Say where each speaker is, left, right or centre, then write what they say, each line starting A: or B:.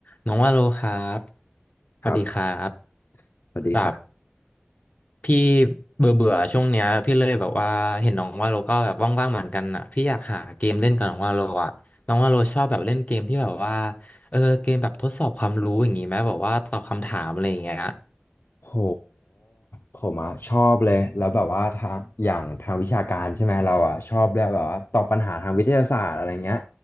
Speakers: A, on the left; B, on the left.
A: น้องว่าโลครับสวัสดีครับ
B: ครับสวัสดีครับ
A: แบบพี่เบื่อเบื่อช่วงเนี้ยพี่เลยแบบว่าเห็นน้องว่าโลก็แบบว่างๆเหมือนกันอ่ะพี่อยากหาเกมเล่นกับน้องว่าโลอ่ะน้องว่าโลชอบแบบเล่นเกมที่แบบว่าเออเกมแบบทดสอบความรู้อย่างงี้ไหมแบบว่าตอบคำถามอะไรอย่างเงี้ย
B: โหผมอะชอบเลยแล้วแบบว่าทางอย่างทางวิชาการใช่ไหมเราอะชอบด้วยแบบว่าตอบปัญหาทางวิทยาศาสตร์อะไรเงี้ย